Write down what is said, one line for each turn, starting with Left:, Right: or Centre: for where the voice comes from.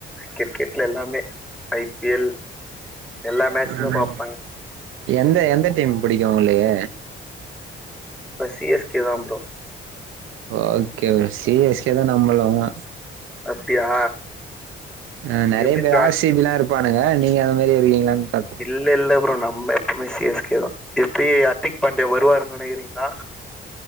Centre: கிரிக்கெட்ல எல்லாமே ஐ பி எல் எல்லா மேட்சுமே
Right: ஆ
Centre: பாப்பே
Right: எந்த எந்த டீம் பிடிக்கும் உங்களுக்கு
Centre: பஸ் சி எஸ் கே தா bro
Right: okay C S K தா நம்பலாமா
Centre: அப்டியா
Right: ஆ நெறைய
Centre: எப்டி
Right: பேர்
Centre: ப்ரோ
Right: ஆர் சி பி லா இருப்பானுங்க நீங்க அது மாரி இருக்கீங்களானு பாத்
Centre: இல்ல இல்ல ப்ரோ நம்ம எப்பவுமே சி எஸ் கே தா எப்டி ஹர்த்திக் பாண்டியா வருவார்னு நெனைக்கிறீங்களா